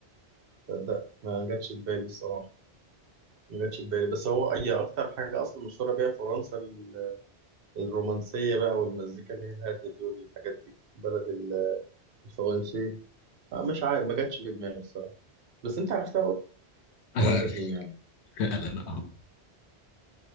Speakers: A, on the right; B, on the left.
A: تصدق ما جاتش في بالي الصراحة ما جاتش في بالي بس هو أي أكتر حاجة أصلا مشهورة بيها فرنسا ال- الرومانسية بقى والمزيكا اللي هي الهادية دي والحاجات دي بلد ال- الفرنسي آه، مش عارف ما جاتش في دماغي الصراحة بس أنت عرفتها برضه
B: <laughs>
A: ثلاثة اتنين يعني
B: فعلا آه.